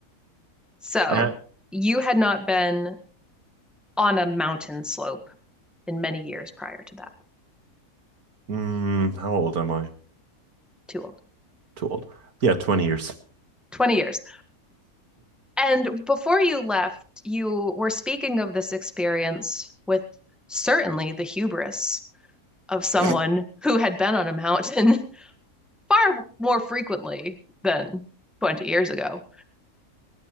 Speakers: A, in the centre; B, on the right.
A: So
B: At
A: you had not been on a mountain slope in many years prior to that.
B: mm, how old am I?
A: Too old.
B: Too old. Yeah, 20 years.
A: 20 years. And before you left, you were speaking of this experience with certainly the hubris of someone
B: <laughs>
A: who had been on a mountain <laughs> far more frequently than 20 years ago.